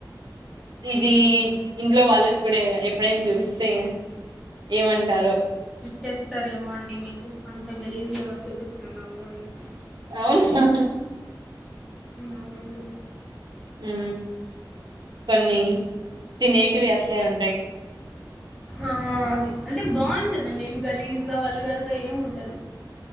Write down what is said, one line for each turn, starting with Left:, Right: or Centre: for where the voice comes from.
Right: ఇది ఇంట్లో వాళ్ళకి కూడా ఎప్పుడైనా చూపిస్తే ఏమంటారు
Centre: తిట్టేస్తారేమో అండి మీకు అంత గలీజుగా చూపిస్తున్నావు అనేసి
Right: అవున
Centre: అవునండి
Right: ఉ కొన్ని తినేటివి అట్లే అం
Centre: ఆ అది అంటే బాగుంటదండి గలీజ్గా వల్గర్గా ఏం ఉండదు